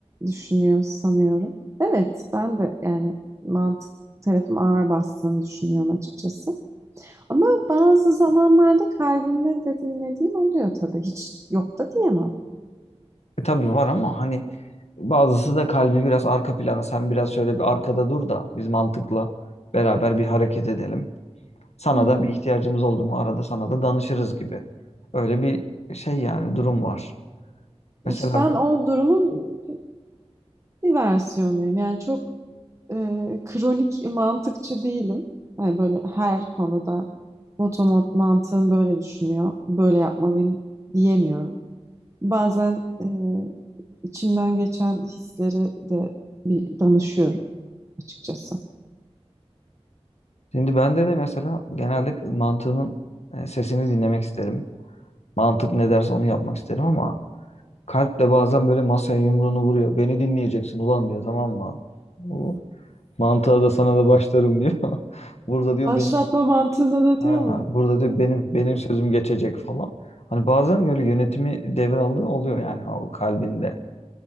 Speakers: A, on the right; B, on the left.
A: düşünüyor sanıyorum. Evet, ben de yani mantık tarafım ağır bastığını düşünüyorum açıkçası. Ama bazı zamanlarda kalbimle de dinlediğim oluyor tabii. Hiç yok da diyemem.
B: E tabii var ama hani bazısı da kalbi biraz arka plana sen biraz şöyle bir arkada dur da biz mantıkla beraber bir hareket edelim. Sana
A: Hı hı.
B: da bir ihtiyacımız oldu mu arada sana da danışırız gibi. Öyle bir şey yani durum var. Mesela
A: İşte ben o durumun bir versiyonuyum. Yani çok e, kronik mantıkçı değilim. Yani böyle her konuda motomot mantığım böyle düşünüyor, böyle yapmalıyım diyemiyorum. Bazen e, İçimden geçen hisleri de bir danışıyorum açıkçası.
B: şimdi bende de mesela genelde mantığımın e, sesini dinlemek isterim. Mantık ne derse onu yapmak isterim ama kalp de bazen böyle masaya yumruğunu vuruyor. Beni dinleyeceksin ulan diyor tamam mı? Bu mantığa da sana da başlarım diyor. <laughs> Burada diyor
A: Başlatma
B: benim
A: mantığına da
B: Ha,
A: diyor mu?
B: burada diyor benim benim sözüm geçecek falan. Hani bazen böyle yönetimi devraldığı oluyor yani o kalbinde.